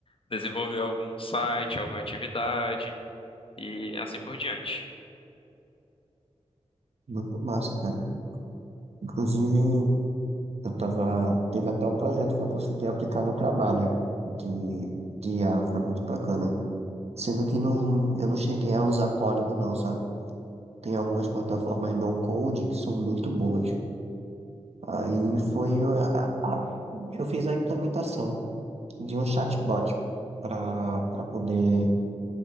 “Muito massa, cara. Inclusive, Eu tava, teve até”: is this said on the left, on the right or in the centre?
Right